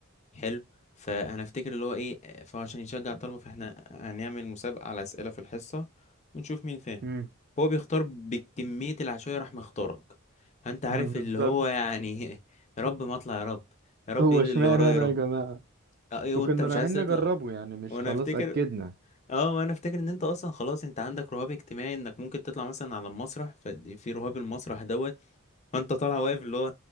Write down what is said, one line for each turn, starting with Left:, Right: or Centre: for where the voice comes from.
Left: حلو فانا افتكر اللي هو ايه فعشان يشجع الطلبه فاحنا هنعمل مسابقه على اسئله في الحصه ونشوف مين فاهم
Right: امم
Left: فهو بيختار بكميه العشوائيه راح مختارك فانت عارف
Right: <laughs> بالظبط
Left: اللي هو يعني <laughs> يا رب ما اطلع يا رب يا رب
Right: هو
Left: يقول
Right: اشمعنى
Left: اللي ورايا
Right: انا
Left: يا رب
Right: يا جماعة
Left: اه إيه،
Right: وكنا
Left: وانت مش
Right: رايحين
Left: عايز تطلع
Right: نجربه يعني مش
Left: وانا
Right: خلاص
Left: افتكر
Right: اكدنا
Left: اه وانا افتكر ان انت اصلا خلاص انت عندك رهاب اجتماعي انك ممكن تطلع مثلا على المسرح ففي رهاب المسرح دوت فانت طالع واقف اللي هو